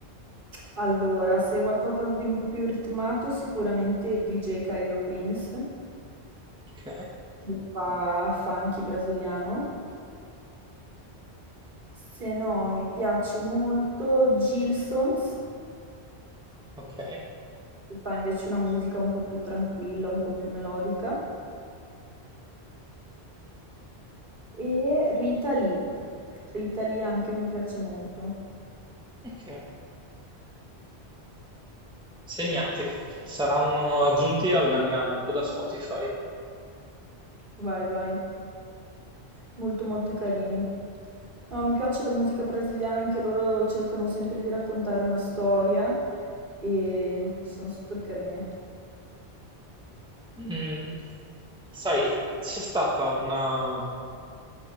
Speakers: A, on the right; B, in the centre.
A: Allora, se vuoi qualcosa di un po' più ritmato, sicuramente DJ Caio Prince.
B: Ok,
A: che fa funky brasiliano. Se no, mi piace molto Gilsons,
B: ok,
A: che fa invece una musica un po' più tranquilla, un po' più melodica. E Rita Lee. Rita Lee anche mi piace molto.
B: ok. Segnati, saranno aggiunti alla mia coda Spotify.
A: Vai, vai. Molto, molto carini. No, mi piace la musica brasiliana, anche loro cercano sempre di raccontare una storia e sono super carine.
B: Mm, sai, c'è stata una,